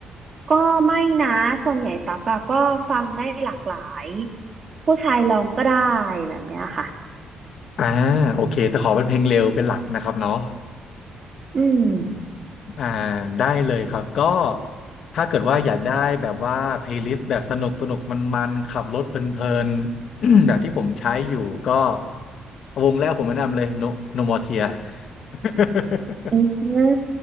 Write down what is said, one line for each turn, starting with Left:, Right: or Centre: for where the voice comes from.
Right: ก็ไม่นะส่วนใหญ่ตักอะก็ฟังได้หลากหลายผู้ชายลองก็ได้แบบเนี้ยค่ะ
Left: อ่าโอเคแต่ขอเป็นเพลงเร็วเป็นหลักนะครับเนาะ
Right: อืม
Left: อ่าได้เลยครับก็ถ้าเกิดว่าอยากได้แบบว่าเพลย์ลิสต์แบบสนุกสนุกมันมันๆขับรถเพลินๆ <clears throat> แบบที่ผมใช้อยู่ก็วงแรกผมแนะนำเลย No No More Tears <laughs>
Right: อืม